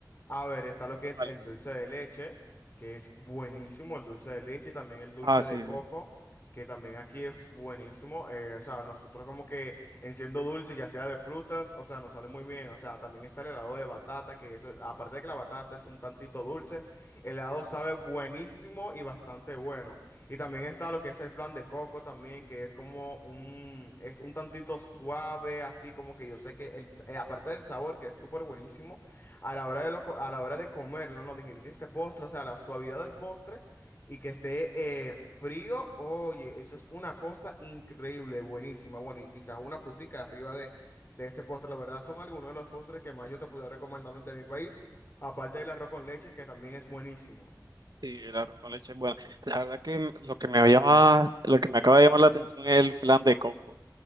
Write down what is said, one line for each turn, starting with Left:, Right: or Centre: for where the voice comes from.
Left: A ver, está lo que es
Right: Vales.
Left: el dulce de leche, que es buenísimo, el dulce de leche, y también el dulce
Right: Ah, sí,
Left: de coco,
Right: sí.
Left: que también aquí es buenísimo. Eh, o sea, nosotros como que en siendo dulce, ya sea de frutas, o sea, nos sale muy bien. O sea, también está el helado de batata, que eso, aparte de que la batata es un tantito dulce, el helado sabe buenísimo y bastante bueno. Y también está lo que es el flan de coco también, que es como un, es un tantito suave, así como que yo sé que el, s- eh, aparte del sabor, que es súper buenísimo, a la hora de lo co- a la hora de comerlo, no digerir este postre, o sea, la suavidad del postre y que esté eh, frío, oye, eso es una cosa increíble, buenísima. Bueno, y quizás una frutica arriba de, de ese postre, la verdad, son algunos de los postres que más yo te pudiera recomendar de mi país, aparte del arroz con leches, que también es buenísimo.
Right: Sí, el arroz con leche es bueno. La verdad que m- lo que me llama, lo que me acaba de llamar la atención es el flan de coco.